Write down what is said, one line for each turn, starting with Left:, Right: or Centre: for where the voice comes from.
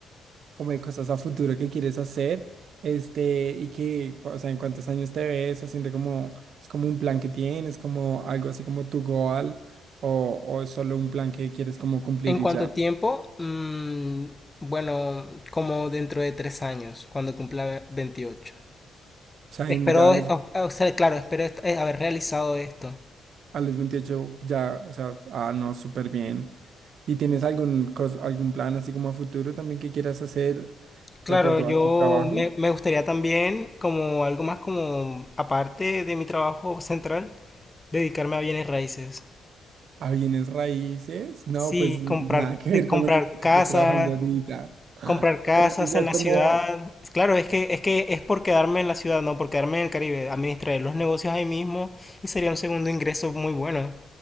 Right: como de cosas a futuro que quieres hacer, este, y que, o sea, en cuántos años te ves haciendo como, es como un plan que tienes, como algo así como tu goal, o, o es solo un plan que quieres como cumplir
Left: En cuanto
Right: y ya.
Left: a
Right: O
Left: tiempo, mm, bueno, como dentro de tres años, cuando cumpla veintiocho
Right: sea,
Left: Espero,
Right: en- ya a
Left: o,
Right: los,
Left: o sea, claro, espero est- eh, haber realizado esto.
Right: a los 28 ya, o sea, ah, no, súper bien. ¿Y tienes algún, cos- algún plan así como a futuro también que quieras hacer
Left: Claro,
Right: de acuerdo
Left: yo
Right: a tu trabajo?
Left: me, me gustaría también, como algo más como aparte de mi trabajo central, dedicarme a bienes raíces.
Right: ¿A bienes raíces? No,
Left: Sí,
Right: pues nada
Left: comprar,
Right: que ver
Left: te- comprar
Right: con lo que estás
Left: casas,
Right: trabajando ahorita.
Left: comprar casas
Right: Pero eso ya
Left: en
Right: es
Left: la
Right: como,
Left: ciudad. Claro, es que, es que es por quedarme en la ciudad, no por quedarme en el Caribe. Administrar los negocios ahí mismo y sería un segundo ingreso muy bueno.